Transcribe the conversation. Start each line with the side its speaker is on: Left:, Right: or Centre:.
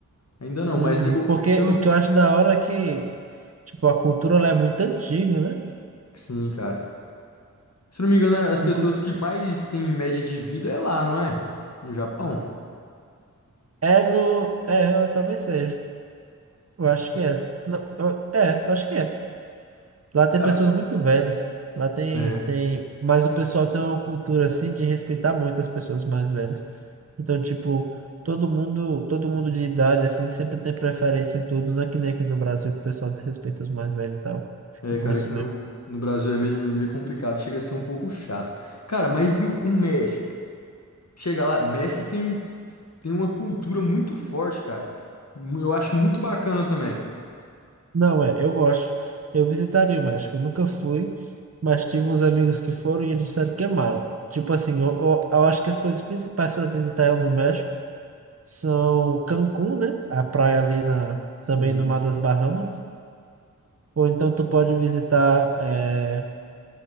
Left: Ainda não,
Right: Uhum.
Left: mas eu,
Right: Porque
Left: pelo.
Right: o que eu acho da hora é que, tipo, a cultura lá é muito antiga, né?
Left: Sim, cara. Se não me engano, as pessoas
Right: Inclusive,
Left: que mais têm média de vida é lá, não é? No Japão.
Right: é no... É, eu- talvez seja. Eu acho que é. Não, eu- é, eu acho que é. Lá tem
Left: Cara,
Right: pessoas muito velhas. Lá tem,
Left: é.
Right: tem. Mas o pessoal tem uma cultura assim de respeitar muito as pessoas mais velhas. Então, tipo, todo mundo, todo mundo de idade, assim, sempre tem preferência em tudo. Não é que nem aqui no Brasil que o pessoal desrespeita os mais velhos e tal. Fica
Left: É,
Right: por
Left: cara,
Right: isso
Left: aqui
Right: mesmo.
Left: no, no Brasil é meio, meio complicado, chega a ser um pouco chato. Cara, mas e o o México? Chega lá, México tem, tem uma cultura muito forte, cara. Eu acho muito bacana também.
Right: Não, é, eu gosto. Eu visitaria o México. Eu Nunca fui, mas tive uns amigos que foram e eles disseram que amaram. Tipo assim, eu, eu, eu acho que as coisas principais para visitar é no México. são Cancún, né? A praia ali na,
Left: Sim.
Right: também no Mar das Bahamas. Ou então tu pode visitar é,